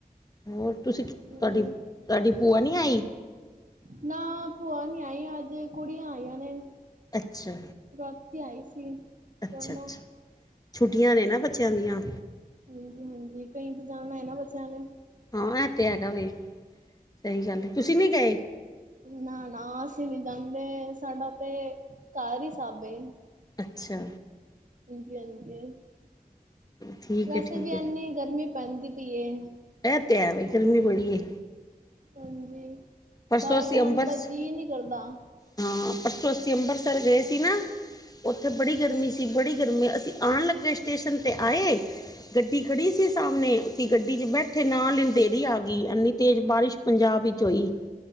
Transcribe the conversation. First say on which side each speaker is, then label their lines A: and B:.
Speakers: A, on the left; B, on the right.
A: ਹੋਰ ਤੁਸੀ ਤੁਹਾਡੀ-
B: ਹਾਂਜੀ
A: ਤੁਹਾਡੀ- ਭੂਆ ਨਹੀ ਆਈ-
B: ਨਾ ਭੂਆ ਨੀ ਆਈ ਅਜ ਕੁੜੀਆਂ ਆਈਆਂ ਨੇ-
A: ਅੱਛਾ
B: ਰਾਤੀ ਆਈ ਸੀ ਦੋਨੋ-
A: ਅੱਛਾ ਅੱਛਾ ਛੁੱਟੀਆਂ ਨੇ ਨਾ ਬੱਚਿਆਂ ਦੀਆਂ।
B: ਹਾਂਜੀ- ਹਾਂਜੀ ਕਈ ਇੰਤਜਾਮ ਹ ਨਾ ਬੱਚਿਆਂ ਲਈ-
A: ਹਾਂ ਐ ਤੇ ਹੈਗਾ ਵੇ ਸਹੀ ਗੱਲ ਤੁਸੀ ਨੀ ਗਏ-
B: ਨਾ- ਨਾ ਅਸੀ ਨੀ ਜਾਂਦੇ ਸਾਡਾ ਤੇ ਘਰ ਹੀ ਸਬ ਏ-
A: ਅਛਾ-
B: ਹਾਂਜੀ- ਹਾਂਜੀ
A: ਠੀਕ
B: ਵੈਸੇ
A: ਹੈ ਠੀਕ
B: ਵੀ ਇਨੀ ਗਰਮੀ ਪੈਂਦੀ ਪਈਏ-
A: ਐਹ ਤੇ ਹੈਵੇ ਗਰਮੀ ਬੜੀ ਏ-
B: ਹਾਂਜੀ
A: ਪਰਸੋਂ
B: ਬਾਰ
A: ਅਸੀਂ
B: ਜਾਣ
A: ਅੰਬਰਸ
B: ਦਾ ਜੀਅ ਨਹੀ ਕਰਦਾ-
A: ਹਾਂ ਪਰਸੋਂ ਅਸੀ ਅੰਬਰਸਰ ਗਏ ਸੀ ਨਾ ਉਥੇ ਬੜੀ
B: ਅੱਛਾ
A: ਗਰਮੀ ਸੀ ਬੜੀ ਗਰਮੀ ਅਸੀ। ਆਣ ਲੱਗੇ ਸਟੇਸ਼ਨ ਤੇ ਆਏ- ਗੱਡੀ ਖੜੀ ਸੀ ਸਾਮਣੇ ਸੀ ਗੱਡੀ 'ਚ ਬੈਠੇ ਨਾਲ ਅੰਧੇਰੀ ਆ ਗਈ ਇੰਨੀ ਤੇਜ਼ ਬਾਰਿਸ਼- ਪੰਜਾਬ ਵਿਚ ਹੋਈ-